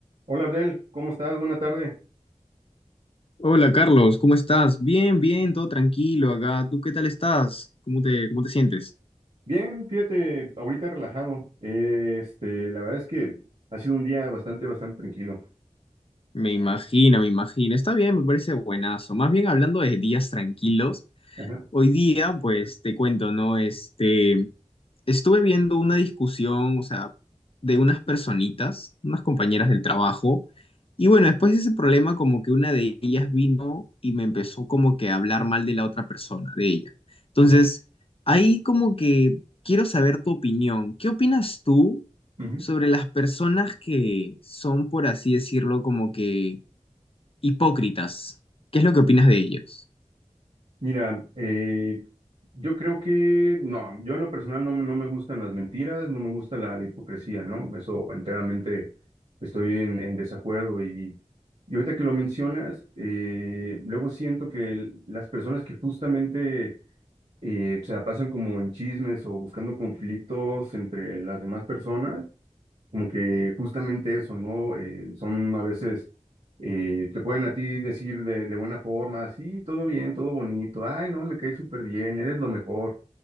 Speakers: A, on the right; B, on the left.
A: Hola Abdel, ¿cómo estás? Buena tarde.
B: Hola Carlos, ¿cómo estás? Bien, bien, todo tranquilo acá. ¿Tú qué tal estás? ¿Cómo te, cómo te sientes?
A: Bien, fíjate, ahorita relajado. Eh, Este, la verdad es que ha sido un día bastante, bastante tranquilo.
B: Me imagino, me imagino. Está bien, me parece buenazo. Más bien hablando de días tranquilos,
A: Ajá.
B: hoy día, pues te cuento, ¿no? Este, Estuve viendo una discusión, o sea, de unas personitas, unas compañeras del trabajo, y bueno, después de ese problema, como que una de ellas vino y me empezó como que a hablar mal de la otra persona, de ella. Entonces,
A: De-
B: ahí como que quiero saber tu opinión. ¿Qué opinas tú
A: Ujú.
B: sobre las personas que son, por así decirlo, como que hipócritas? ¿Qué es lo que opinas de ellos?
A: Mira, eh, yo creo que, no, yo en lo personal no, no me gustan las mentiras, no me gusta la, la hipocresía, ¿no? Eso enteramente estoy en, en desacuerdo y, y ahorita que lo mencionas, eh, luego siento que el- las personas que justamente eh, se la pasan como en chismes o buscando conflictos entre las demás personas, como que justamente eso, ¿no? Eh, son a veces, eh, te pueden a ti decir de, de buena forma, sí, todo bien, todo bonito, ay, no, me caes súper bien, eres lo mejor,